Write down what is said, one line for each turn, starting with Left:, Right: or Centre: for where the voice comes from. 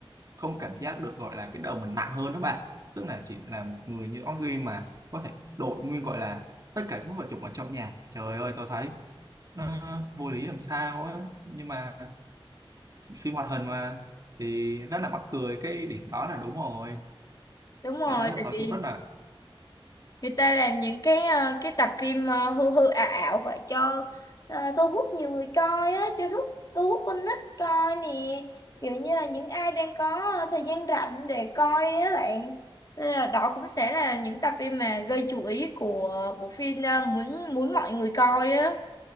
Right: không cảm giác được gọi là cái đầu mình nặng hơn đó bạn. Tức là chỉ là một người như Orki mà có thể đội nguyên gọi là tất cả các vật dụng ở trong nhà. Trời ơi, tôi thấy nó vô lý làm sao á. Nhưng mà phim hoạt hình mà thì rất là mắc cười cái điểm đó là đúng rồi.
Left: đúng rồi
Right: Tôi thấy là
Left: tại
Right: tôi
Left: vì
Right: cũng rất là
Left: người ta làm những cái ờ, cái tập phim ờ, hư hư ảo ảo vậy cho ờ, thu hút nhiều người coi á cho thu, thu hút con nít coi nè kiểu như là những ai đang có ờ, thời gian rảnh để coi á bạn Nên là đó cũng sẽ là những tập phim mà gây chú ý của bộ phim ờ, muốn muốn mọi người coi á